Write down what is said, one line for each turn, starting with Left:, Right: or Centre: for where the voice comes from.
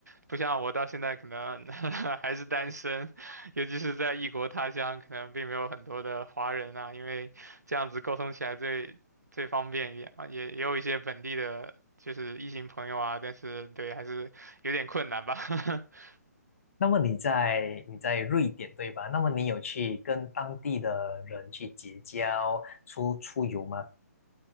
Right: 不像我到现在可能 <laughs> 还是单身，尤其是在异国他乡，可能并没有很多的华人啊，因为这样子沟通起来最最方便一点嘛。也也有一些本地的，就是异性朋友啊，但是对，还是有点困难吧。<laughs>
Left: 那么你在你在瑞典对吧？那么你有去跟当地的人去结交、出出游吗？